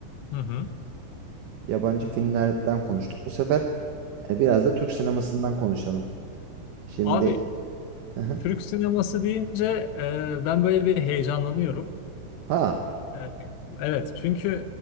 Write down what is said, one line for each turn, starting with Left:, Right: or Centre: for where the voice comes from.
Left: Hı hı.
Right: Yabancı filmlerden konuştuk. Bu sefer e, biraz da Türk sinemasından konuşalım. Şimdi
Left: Abi
Right: Hı hı.
Left: Türk sineması deyince e, ben böyle bir heyecanlanıyorum.
Right: ha
Left: E, evet, çünkü